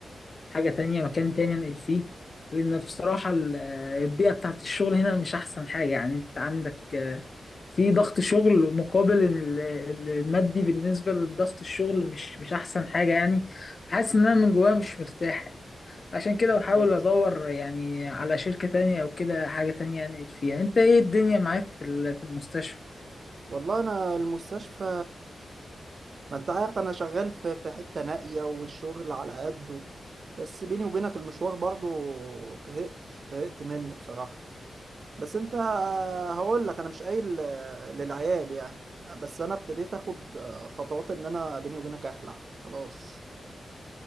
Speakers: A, on the left; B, on the right.
A: حاجة تانية مكان تاني انقل فيه لأن بصراحة ال- البيئة بتاعت الشغل هنا مش أحسن حاجة يعني أنت عندك آه، في ضغط شغل مقابل ال- ال- المادي بالنسبة لضغط الشغل مش مش أحسن حاجة يعني فحاسس إن أنا من جوايا مش مرتاح يعني عشان كده
B: أنا
A: بحاول
B: حاسس.
A: أدور يعني على شركة تانية أو كده حاجة تانية أنقل فيها يعني أنت إيه الدنيا معاك في ال- في المستشفى؟
B: والله انا المستشفى ما انت عارف انا شغال في في حتة نائية والشغل على قده بس بيني وبينك المشوار برضو طهقت طهقت منه بصراحة بس انت هقول لك انا مش قايل للعيال يعني بس انا ابتديت اخد خطوات ان انا بيني وبينك اخلع خلاص